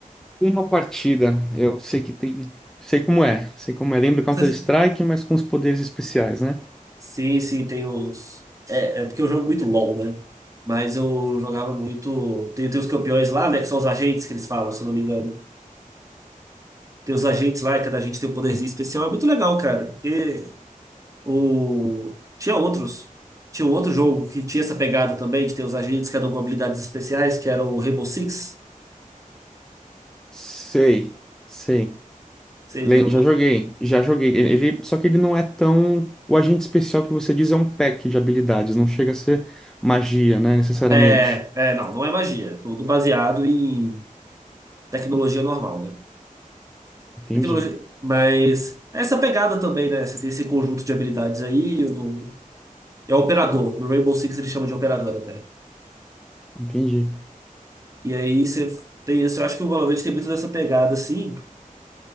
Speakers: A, in the centre; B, on the right.
A: uma partida. Eu sei que tem, sei como é, sei como é. Lembra Counter-Strike,
B: <laughs>
A: mas com os poderes especiais, né?
B: Sim, sim, tem uns. É, é porque eu jogo muito LoL, né? Mas eu jogava muito. Tem, tem os campeões lá, né? Que são os agentes que eles falam, se eu não me engano. Tem os agentes lá e cada agente tem um poderzinho especial. É muito legal, cara. Porque O... Tinha outros. Tinha um outro jogo que tinha essa pegada também, de ter os agentes, cada um com habilidades especiais, que era o Rainbow Six.
A: Sei, sei.
B: Você
A: Lem-
B: já jogou?
A: Já joguei, já joguei. Ele, ele- só que ele não é tão. O agente especial que você diz é um pack de habilidades, não chega a ser magia, né, necessariamente.
B: É, é, não, não é magia. é Tudo baseado em tecnologia normal, né?
A: Entendi,
B: Tecnologia... Mas é essa pegada também, né? Você tem esse conjunto de habilidades aí. o- É o operador. No Rainbow Six ele chama de operador até.
A: entendi.
B: E aí você tem isso. Eu acho que o Valorant tem muito dessa pegada, assim.